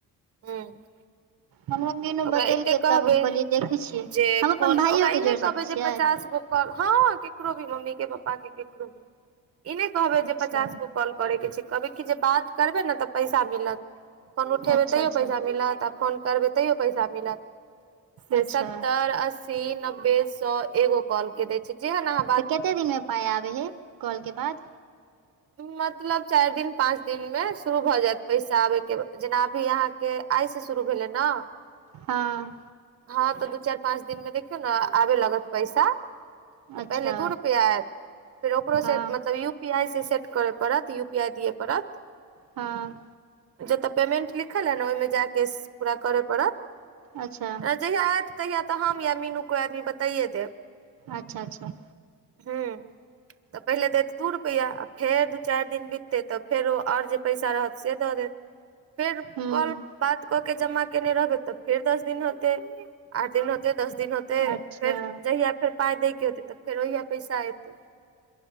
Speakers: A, on the right; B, on the right.
A: हूँ।
B: हमरो मीनू
A: ओकरा
B: बतेलकै
A: एते कहबै
B: तब हम कहलियै देखै छियै
A: जे
B: हम अपन
A: फोन ओकरा
B: भाइयोके
A: ई
B: जोड़ि
A: नै कहबै
B: सकै
A: जे
B: छियै
A: पचास गो। कॉल हँ केकरो भी मम्मी के पापा के केकरो भी ई नेै कहबे
B: अच्छा
A: जे पचास गो कॉल। करेै के छै कहबै की जे बात करबे ने तऽ पैसा मिलत फोन उठेबै
B: अच्छा
A: तैयो
B: अच्छा
A: पैसा मिलत आ फोन करबै तैयो पैसा मिलत से
B: अच्छा
A: अस्स सी, नब्बे, सौ एगो काॅल के दै छै जेहन आहाँ
B: कते दिन मे पाय आबेै है कॉल के बाद।
A: मतलब चैर दिन पाँच दिन मे शुरू भऽ जेएत पैसा आबे के जेना आब भी अहाँके आय से शुरू भेलेै ने।
B: हँ।
A: हँ तऽ दू चैर पाँच दिन मे देखियौ ने आबे लगत पैसा। तऽ
B: अच्छा
A: पहिले दू रुपआ एयत फेर ओकरो
B: हँ
A: से मतलब यू यू पी आई से सेट करय पड़त यू पी आई दिए पड़त।
B: हँ।
A: जतऽ पेमेंट लिखल एइ ने ओहिमे जाकऽ पूरा करय पड़त।
B: अच्छा
A: जहिया एत तहिया तऽ हम या मीनू कोइ आदमी बताइये देब।
B: अच्छा-अच्छा
A: हँ। तऽ पहिले देत दू रुपैआ आ फेर दू चैर दिन बिततै तऽ फेरो और जे पैसा रहत से दऽ देत। फेर
B: हूँ
A: कॉल बात कऽ के जमा केने रहबै तऽ फेर दस दिन होते आठ दिन होते दस दिन होते।
B: अच्छा
A: तऽ फेर जहिया फेर पाय दै के होतै तऽ फेर ओहिया पैसा एतै।